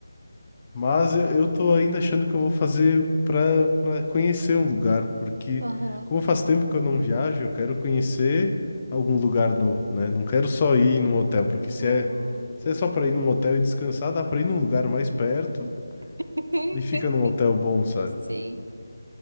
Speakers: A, on the left; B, on the right.
A: Mas eu eu tô ainda achando que eu vou fazer para para conhecer um lugar, porque
B: Aham.
A: como faz tempo que eu não viajo, eu quero conhecer algum lugar novo, né? Não quero só ir num hotel, porque se
B: Uhum.
A: é se é só para ir num hotel e descansar, dá para ir num lugar mais perto
B: <laughs>
A: e fica num hotel bom, sabe?
B: Sim.